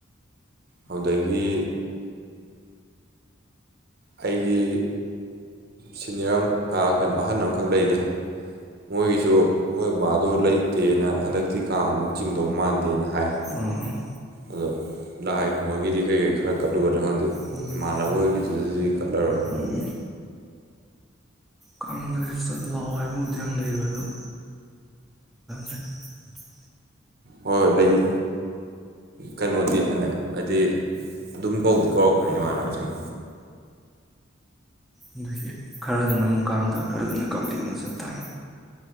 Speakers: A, on the right (about 50°); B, in the centre.
A: ꯑꯗꯨꯗꯒꯤ ꯑꯩꯒꯤ ꯁꯤꯅꯤꯌꯔ ꯀꯩꯅꯣ ꯑꯍꯟ ꯑꯃ ꯈꯛꯂꯩꯅꯦ ꯃꯣꯏꯒꯤꯁꯨ ꯑꯣꯏꯕꯗꯣ ꯂꯩꯇꯦꯅ ꯍꯟꯗꯛꯇꯤ ꯀꯥꯡꯗꯣ ꯆꯤꯡꯗꯧ ꯃꯥꯟꯗꯦꯅ ꯍꯥꯏ
B: ꯎꯝ ꯑꯣ
A: ꯑꯗꯣ ꯂꯥꯏꯒꯨꯝꯕꯒꯤꯗꯤ ꯀꯔꯤ ꯀꯔꯤ ꯈꯔ ꯀꯠꯂꯨꯒꯅꯤ
B: ꯎꯝ
A: ꯏꯃꯥꯅꯕ ꯍꯣꯏꯒꯤꯗꯨꯗꯥꯗꯤ ꯑꯗꯨ ꯀꯠꯂꯔꯣꯏ ꯑꯣꯏ
B: ꯎꯝ ꯀꯥꯡ ꯍꯟꯗꯛꯁ ꯆ ꯂꯥꯛꯑꯣ ꯍꯥꯏꯕꯕꯨꯗꯤ ꯌꯥꯝ ꯂꯩꯕ ꯑꯗꯨꯣ <unintelligible>
A: ꯍꯣꯏ ꯍꯣꯏ ꯂꯩꯏ ꯀꯩꯅꯣꯗꯤ ꯑꯅꯦ ꯍꯥꯏꯗꯤ ꯑꯗꯨꯝ ꯀꯧꯗꯤ ꯀꯧꯔꯛꯄ ꯑꯩꯈꯣꯏꯅ ꯏꯃꯥꯟꯅꯕꯁꯤꯡ
B: ꯑꯗꯨꯒꯤ ꯈꯔꯗꯨꯅ ꯀꯥꯡꯗ ꯈꯔꯗꯨꯅ ꯀꯥꯡꯂꯦꯟꯗ ꯆꯠꯇꯕꯅꯦ